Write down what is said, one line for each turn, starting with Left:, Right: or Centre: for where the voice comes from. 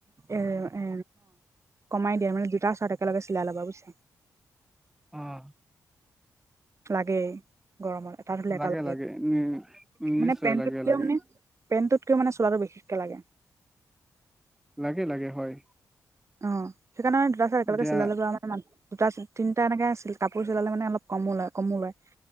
Right: এ এ কমাই দিয়ে মানে দুটা চাৰ্ট একেলগে চিলাই ল'বা বুজিছা।
Centre: অ
Right: লাগে গৰমত এটা ধুলে এটা
Centre: লাগে
Right: লাগেই
Centre: লাগে উম
Right: মানে
Centre: নিশ্চয়
Right: পেণ্টটোত
Centre: লাগে
Right: কিয়
Centre: লাগে
Right: মানে পেন্টটোকে মানে চোলাটো বিশেষকে লাগে।
Centre: লাগে লাগে হয়।
Right: অ সেইকাৰণে দুটা চাৰ্ট একেলগে
Centre: এতিয়া
Right: চিলাই ল'বা আমাৰ দুটা তিনিটা এনেকে কাপোৰ চিলালে মানে অলপ কমো লয় কমো লয়।